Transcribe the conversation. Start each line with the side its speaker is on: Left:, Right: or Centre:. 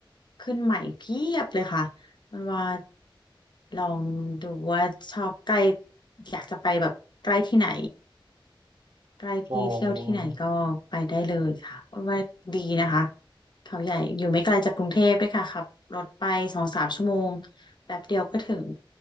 Left: ขึ้นใหม่เพียบเลยค่ะมันว่าลองดูว่าชอบใกล้อยากจะไปแบบใกล้ที่ไหน ใกล้ที่เที่ยวที่ไหนก็ไปได้เลยค่ะเว่าดีนะคะ
Right: อ๋อ
Left: เขาใหญ่อยู่ไม่ไกลจากกรุงเทพด้วยค่ะขับรถไปสองสามชั่วโมงแป๊บเดียวก็ถึง